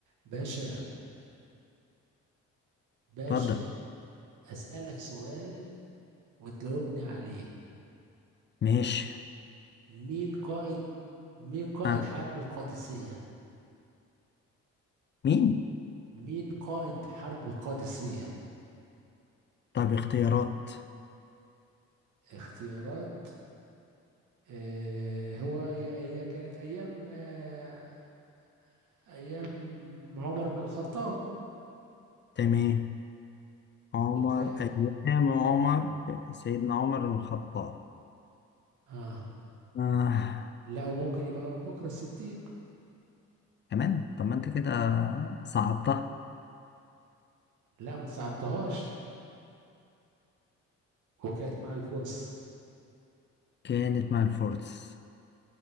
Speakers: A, on the right (about 80°); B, on the left (about 35°).
A: باشا باشا
B: اتفضل
A: أسألك سؤال وتجاوبني عليه
B: ماشي
A: مين قائد مين قائد
B: نعم
A: حرب القادسية
B: مين
A: مين قائد حرب القادسية
B: طب اختيارات
A: اختيارات آه هو هي هي كانت أيام آه أيام عمر بن الخطاب
B: تمام عمر
A: وكان
B: أيام عمر سيدنا عمر بن الخطاب
A: آه
B: آه.
A: لا وممكن يبقى أبو بكر الصديق
B: كمان طب ما انت كده صعبتها
A: لا ما صعبتهاش وكانت مع الفرس
B: كانت مع الفرس